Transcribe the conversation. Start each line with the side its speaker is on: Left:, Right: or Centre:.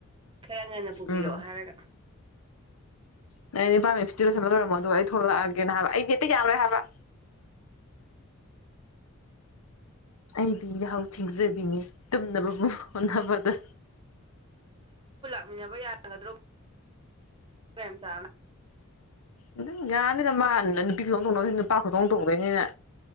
Right: ꯈꯔ ꯉꯟꯅ ꯄꯨꯕꯤꯔꯛꯑꯣ
Left: ꯎꯝ
Right: ꯍꯥꯏꯔꯒ <inaudible>
Left: <unintelligible> ꯂꯣꯏꯁꯟꯕ ꯂꯣꯏꯔꯝꯃꯣ ꯑꯗꯨꯒ ꯑꯩ ꯊꯣꯛꯂꯛꯑꯒꯦꯅ ꯍꯥꯏꯕ ꯑꯩꯗꯤ ꯍꯦꯛꯇ ꯌꯥꯝꯃꯦ ꯍꯥꯏꯕ
Right: <inaudible>
Left: ꯑꯩꯗꯤ ꯌꯥꯍꯧ ꯊꯦꯡꯖꯕꯤꯅꯤ ꯇꯨꯝꯅꯕꯕꯨ ꯍꯣꯠꯅꯕꯗ
Right: ꯍꯪꯅꯕ ꯌꯥꯒꯗ꯭ꯔꯣ <unintelligible>
Left: ꯑꯗꯨꯝ ꯌꯥꯅꯤꯗ ꯃꯥ ꯅꯨꯄꯤ ꯈꯨꯇꯣꯡ ꯇꯣꯡꯗꯧꯅꯤ ꯅꯨꯄꯥ ꯈꯨꯇꯣꯡ ꯇꯣꯡꯗꯣꯏꯅꯤꯅꯦ